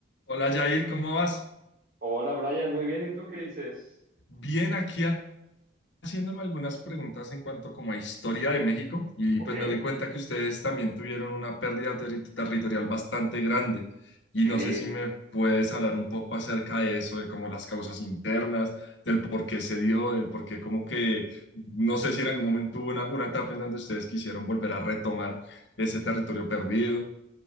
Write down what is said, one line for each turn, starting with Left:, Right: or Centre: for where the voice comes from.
Left: Hola Jair, ¿cómo vas?
Right: Hola Brian, muy bien. ¿Y tú qué dices?
Left: Bien, aquí ha- haciéndome algunas preguntas en cuanto como a historia de México y
Right: Ok,
Left: pues me doy cuenta que ustedes también tuvieron una pérdida terri- territorial bastante grande y
Right: sí,
Left: no sé si me puedes hablar un poco acerca de eso, de como las causas internas, del por qué se dio, del por qué como que no sé si en algún momento hubo una, una etapa en donde ustedes quisieron volver a retomar ese territorio perdido.